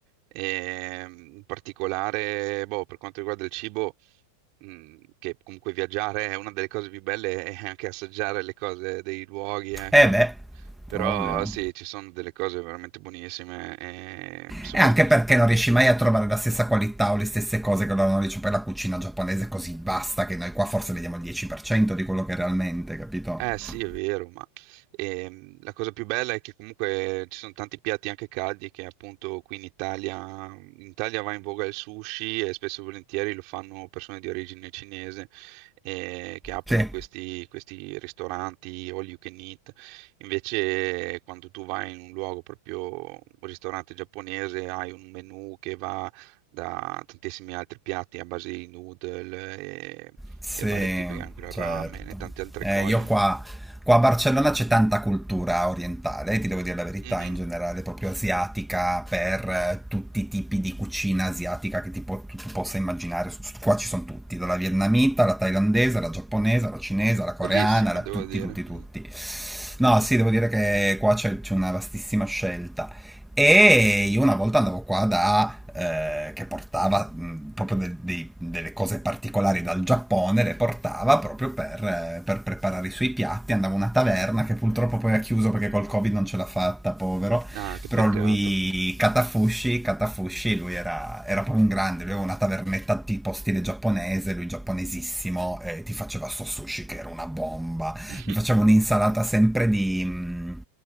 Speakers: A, on the right; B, in the centre.
A: e in particolare, boh, per quanto riguarda il cibo, mh, che comunque viaggiare è una delle cose più belle, è anche assaggiare le cose dei luoghi, ecco.
B: Eh beh,
A: Però
B: Ovvio.
A: sì, ci sono delle cose veramente buonissime e soprattutto
B: e anche perché non riesci mai a trovare la stessa qualità o le stesse cose che loro hanno dice per la cucina giaponese così basta che noi qua forse vediamo il 10% di quello che realmente, capito?
A: Eh sì, è vero, ma ehm, la cosa più bella è che comunque ci sono tanti piatti anche caldi che appunto qui in Italia, in Italia va in voga il sushi e spesso e volentieri lo fanno persone di origine cinese eh, che aprono
B: Sì.
A: questi, questi ristoranti all you can eat. Invece quando tu vai in un luogo proprio un ristorante giapponese hai un menù che va da tantissimi altri piatti a base di noodle e,
B: Sì,
A: e vari tipi, anche il
B: certo.
A: ramen e tante altre
B: Eh,
A: cose.
B: io qua, qua a Barcellona c'è tanta cultura orientale, eh, ti devo dire la verità,
A: Mhm.
B: in generale, proprio asiatica, per eh, tutti i tipi di cucina asiatica che ti po- tu, tu possa immaginare. S- Qua ci sono tutti, dalla vietnamita alla thailandese, alla giapponese, alla cinese, alla coreana,
A: Bellissimo,
B: alla-
A: devo
B: tutti,
A: dire.
B: tutti, tutti.
A: Mm.
B: No, sì, devo dire che qua c'è c'è una vastissima scelta. E io una volta andavo qua da, eh, che portava mh, proprio de- dei- delle cose particolari dal Giappone, le portava proprio per, eh, per preparare i suoi piatti. Andavo a una taverna che purtroppo poi ha chiuso perché col Covid non ce l'ha fatta, povero.
A: Ah, che
B: Però
A: peccato.
B: lui, Katafushi, Katafushi, lui era, era proprio un grande, lui aveva una tavernetta tipo stile giapponese, lui giapponesissimo, e ti faceva sto sushi che era una bomba
A: <laughs>
B: mi facevo un'insalata sempre di... mh,